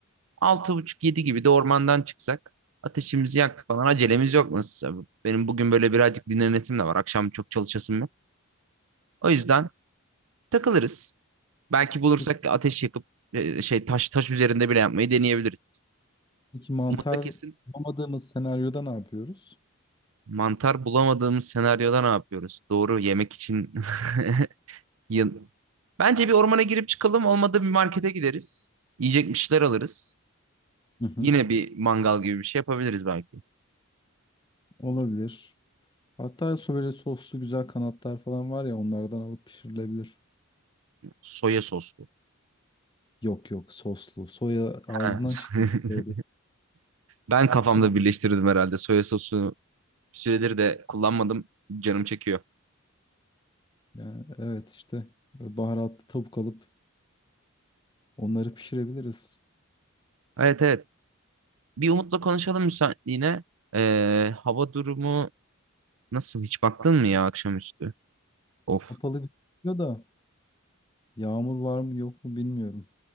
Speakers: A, on the right; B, on the left.
A: Altı buçuk yedi gibi de ormandan çıksak ateşimizi yaktık falan acelemiz yok nasılsa. Benim bugün böyle birazcık dinlenesim de var. Akşam çok çalışasım yok. O yüzden takılırız. Belki bulursak
B: Peki,
A: ateş yakıp e, şey taş taş üzerinde bile yapmayı deneyebiliriz.
B: peki mantar
A: Umut'la kesin
B: bulamadığımız senaryoda ne yapıyoruz?
A: mantar bulamadığımız senaryoda ne yapıyoruz? Doğru yemek için <laughs> yıl- Bence bir ormana girip çıkalım. Olmadı bir markete gideriz. Yiyecek bir şeyler alırız.
B: Hı hı.
A: Yine bir mangal gibi bir şey yapabiliriz belki.
B: Olabilir. Hatta so, böyle soslu güzel kanatlar falan var ya onlardan alıp pişirilebilir.
A: Soya soslu.
B: Yok yok soslu. Soya
A: Ha.
B: ağzından çıkıyor.
A: <laughs>
B: Böyle
A: Ben kafamda
B: soslu. da.
A: birleştirdim herhalde. Soya sosu süredir de kullanmadım. Canım çekiyor.
B: Yani evet işte böyle baharatlı tavuk alıp onları pişirebiliriz.
A: Evet evet. Bir Umut'la konuşalım müsaitliğine. Ee, hava durumu nasıl? Hiç baktın mı ya akşamüstü? Of.
B: Kapalı gözüküyor da yağmur var mı yok mu bilmiyorum.